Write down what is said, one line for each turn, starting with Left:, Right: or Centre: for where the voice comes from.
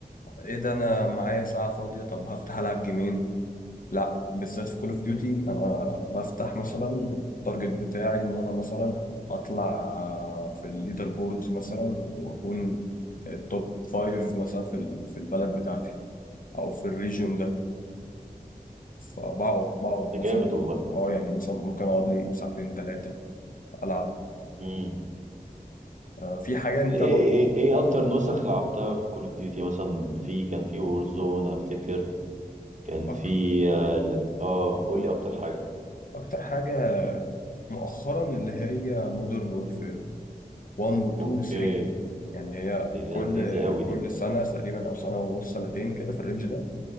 Left: ايه ده انا معايا ساعه فاضيه طب هفتح العب جيمين لا بالذات في كول اوف ديوتي انا بفتح مثلا التارجت بتاعي ان انا مثلا اطلع في الليدر بوردز مثلا واكون التوب فايف مثلا في ال- في البلد بتاعتي او في الريجن فبقعد بقعد
Right: ده
Left: مثلا
Right: جامد والله
Left: اه يعني مثلا ممكن اقعد لي ساعتين ثلاثة العب
Right: امم
Left: آه، في حاجة انت
Right: ايه ايه
Left: برضو
Right: ايه إيه اكتر نسخ لعبتها في كول اوف ديوتي مثلا في كان في وور زون افتكر كان
Left: أك...
Right: في اه لا، آه، قول لي اكتر حاجه
Left: اكتر حاجة مؤخرا اللي هي مودرن وورفير 1 و 2
Right: اوكي
Left: و 3 يعني هي
Right: دي
Left: كل
Right: لذيذه قوي
Left: كل
Right: دي
Left: سنة تقريبا او سنة ونص سنتين كده في الرينج ده